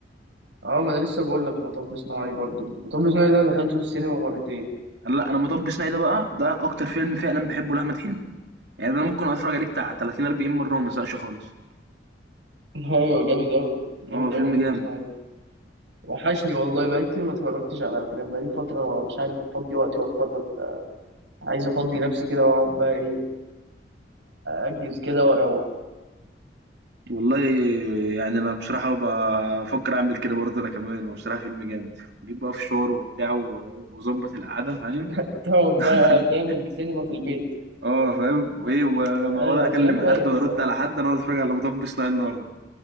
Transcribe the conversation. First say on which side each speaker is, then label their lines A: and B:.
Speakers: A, on the right (about 80°); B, on the right (about 65°).
A: اه ما انا لسه بقول لك مطب صناعي برضو مطب صناعي ده انا دخلته في السينما مرتين
B: أنا لا أنا مطب صناعي ده بقى ده أكتر فيلم فعلا بحبه لأحمد حلمي يعني ده أنا ممكن أتفرج عليه بتاع 30 40 مرة وما أزهقش خالص
A: <laughs> ايوه جامد قوي جامد
B: اه فيلم
A: قوي مطب
B: جامد
A: صناعي ده وحشني والله بقالي كتير ما اتفرجتش على افلام بقالي فتره مش عارف افضي وقتي واتفرج عايز افضي نفسي كده واقعد بقى ايه اجز كده واروق
B: والله يعني أنا بصراحة بفكر أعمل كده برضه أنا كمان هو بصراحة فيلم جامد وأجيب بقى فشار وبتاع و- وأظبط القعدة فاهم
A: <laughs> تقعد
B: <laughs>
A: بقى آه، تعمل سينما في البيت
B: اه فاهم وايه وما
A: آه
B: ولا
A: الافلام
B: اكلم
A: رايقه
B: حد ولا
A: الصراحه
B: ارد على حد انا عاوز اتفرج على مطب صناعي النهارده